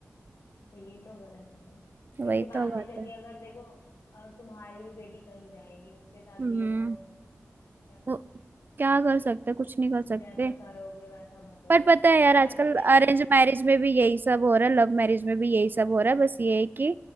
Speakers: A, on the left; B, on the right.
A: तो ये तो गलत है भाई
B: वही
A: क्योंकि बाद
B: तो बात
A: में चल
B: है
A: के अगर देखो अ, तुम्हारी भी बेटी कहीं जाएगी उसके साथ
B: हम्म
A: भी ऐसा हो सकता है, क्या
B: वो
A: पता
B: क्या कर सकते कुछ नहीं कर सकते
A: जैसा करोगे वैसा भरोगे
B: पर पता है यार आजकल
A: मैं तो कहती
B: अरेंज
A: हूँ
B: मैरिज में भी यही सब हो रहा है लव मैरिज में भी यही सब हो रहा है बस ये है कि